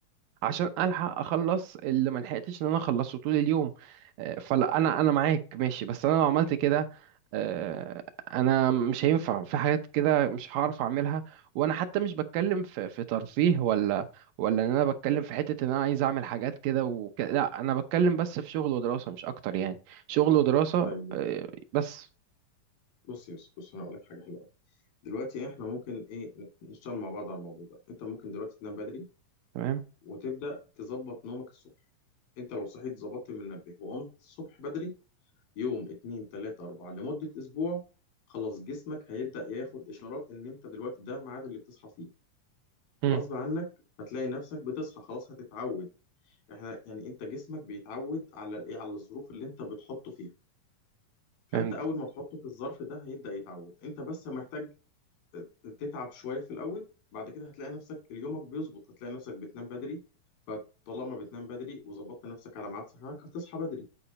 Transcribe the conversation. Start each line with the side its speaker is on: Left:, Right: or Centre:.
Right: عشان الحق اخلص اللي ما لحقتش ان انا اخلصه طول اليوم آه، فلا انا انا معاك ماشي بس انا لو عملت كده آه، انا مش هينفع في حاجات كده مش هعرف اعملها وانا حتى مش بتكلم في في ترفيه ولا ولا ان انا بتكلم في حتة ان انا عايز اعمل حاجات كده وكده لا انا بتكلم بس في شغل ودراسة مش اكتر يعني شغل ودراسة
Left: طيب
Right: آه، بس
Left: بص يا يوسف بص انا هقول لك حاجه حلوه أوي. دلوقتي احنا ممكن ايه نشتغل مع بعض على الموضوع ده انت ممكن دلوقتي تنام بدري
Right: تمام
Left: وتبدأ تظبط نومك الصبح انت لو صحيت ظبطت من المنبه وقمت الصبح بدري يوم اتنين تلاتة اربعة لمدة اسبوع خلاص جسمك هيبدأ ياخد اشارات ان انت دلوقتي ده الميعاد اللي بتصحى فيه
Right: مم،
Left: فغصب عنك هتلاقي نفسك بتصحى خلاص هتتعود احنا يعني انت جسمك بيتعود على الايه على الظروف اللي انت بتحطه فيها فانت
Right: فهمت
Left: اول ما تحطه في الظرف ده هيبدأ يتعود انت بس محتاج تتعب شوية في الأول بعد كده هتلاقي نفسك يومك بيظبط هتلاقي نفسك بتنام بدري فطالما بتنام بدري وظبطت نفسك على ميعاد صحيانك هتصحى بدري